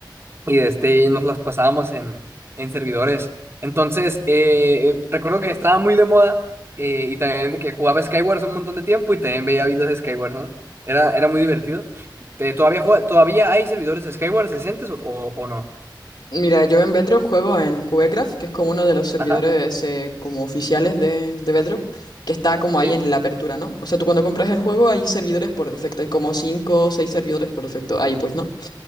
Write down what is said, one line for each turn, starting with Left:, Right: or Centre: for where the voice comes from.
Right: y este, y nos las pasábamos en, en servidores. Entonces, eh, eh, recuerdo que estaba muy de moda eh, y también de que jugaba Skywars un montón de tiempo y también veía videos de Skywars, ¿no? Era, era muy divertido. Te- ¿Todavía, jue- todavía hay servidores de Skywars decentes o, o, o no?
Left: Mira, yo en Bedrock juego en Cubecraft, que es como uno de los servidores
Right: Ajá,
Left: eh, como oficiales de, de Bedrock, que está como
Right: sí.
Left: ahí en la apertura, ¿no? O sea, tú cuando compras el juego hay servidores por defecto, hay como 5 o 6 servidores por defecto, ahí pues, ¿no?